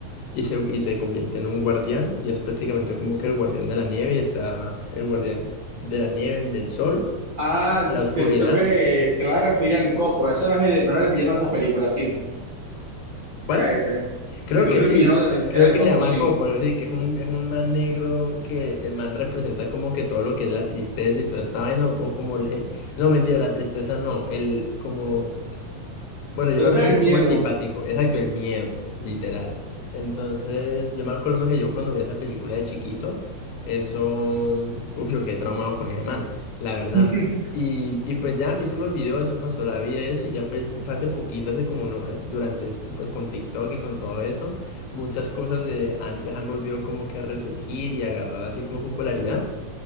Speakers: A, on the left; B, on the right.
A: y se, y se convierte en un guardián y es prácticamente como que el guardián de la nieve y está el guardián de la nieve, el del sol,
B: Ah,
A: la oscuridad.
B: creo, creo que te vas a referir al Coco. Ese no es el, no era el villano de esa película, sí.
A: ¿Cuál?
B: Era ese.
A: Creo
B: Yo creo
A: que
B: que
A: sí,
B: el villano
A: cre-
B: de-
A: creo
B: era el
A: que
B: Coco,
A: se llama
B: sí.
A: Copo, sí, que es un, es un man negro que el man representa como que todo lo que es la tristeza y toda esta vaina, o, o como, el- no, mentira, la tristeza no, el, como bueno, yo
B: Creo
A: lo refiero
B: que era el miedo.
A: como antipático, exacto, el miedo, literal. Entonces, yo me acuerdo que yo cuando vi esa película de chiquito, eso, uf, yo quedé traumado con ese man, la verdad.
B: <laughs>
A: Y, y pues ya a mí se me olvidó, eso pasó la vida, eso, y ya fue, fue hace poquito, hace como uno- eh, durante esto, pues con TikTok y con todo eso, muchas cosas de antes han volvido como que a resurgir y a agarrar así como popularidad.